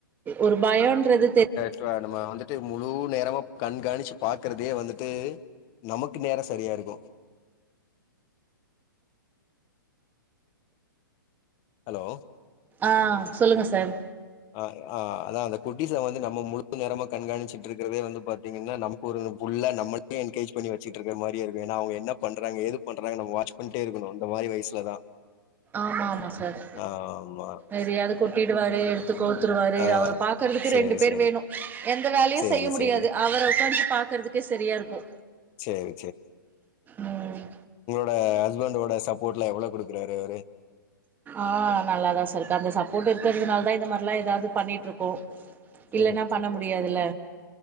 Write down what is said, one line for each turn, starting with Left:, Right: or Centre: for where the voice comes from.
Right: ஒரு பயன்றது தெர்
Left: த்தர நம்ம வந்துட்டு முழு நேரமா கண்காணிச்சு பாக்குறதே வந்துட்டு நமக்கு நேர சரியா இருக்கு ஹலோ
Right: ஆ சொல்லுங்க சார்
Left: ஆ ஆ அதா அந்த குட்டிஸ வந்து நம்ம முழு நேரமா கண்காணிச்சிட்டு இருக்றதே வந்து பாத்திங்கன்னா நமக்கு ஒரு புள்ள நம்ம யே என்கேஜ் பண்ணி வச்சிட்ருக்க மாரியே இருக்கு ஏனா அவுங்க என்ன பண்றாங்க ஏது பண்றாங்க நம்ம வாட்ச் பண்ணிட்டே இருக்கணு இந்த மாரி வயுசுலதா
Right: ஆமாமா சார்
Left: ஆமா.
Right: எதயாது கொட்டிடுவாரு கவுத்துருவாரு
Left: ஆ.
Right: அவர பாக்கறதுக்கு
Left: சரி,
Right: ரெண்டு பேர்
Left: சரி.
Right: வேணு எந்த வேலையு
Left: சரி,
Right: செய்ய முடியாது
Left: சரி.
Right: அவர உக்காஞ்சி பாக்குறதுக்கே சரியா இருக்கு
Left: சரி,
Right: ம்
Left: ட ஹஸ்பண்டோட சப்போர்ட்லா எவ்ளோ குடுக்கறாரு அவரு
Right: ஆ நல்லாதா சார்ருக்கு அந்த சப்போர்ட் இருக்கறதுனாலதா இந்த மார்லா எதாது பண்ணிட்ருக்கோ
Left: சேரி
Right: இல்லன்னா
Left: சேரி
Right: பண்ண முடியாதுல்ல